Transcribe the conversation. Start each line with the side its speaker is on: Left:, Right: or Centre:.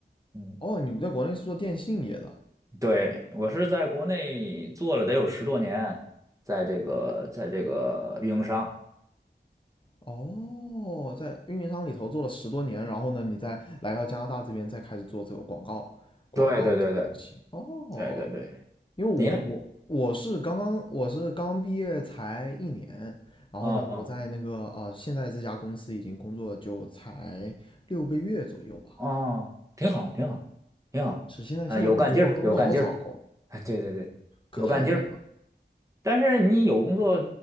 Right: 嗯，
Left: 哦，你在国内是做电信业的。
Right: 对，我是在国内做了得有十多年，在这个在这个运营商，
Left: 哦，在运营商里头做了十多年，然后呢，你再来到加拿大这边，再开始做这个广告，广告的这个东西。
Right: 对对对对
Left: 哦，
Right: 对对对，
Left: 因为我我我是刚刚我是刚毕业才一年，
Right: 你呢？
Left: 然后呢，
Right: 哦
Left: 我在那个呃现在这家公司已经工作就才六个月左右吧，
Right: 哦，挺好挺好挺好，
Left: 是现在现在工作都不好找，
Right: 啊、有干劲儿有干劲儿，哎，对对对，
Left: 可太难了。
Right: 有干劲儿。但是你有工作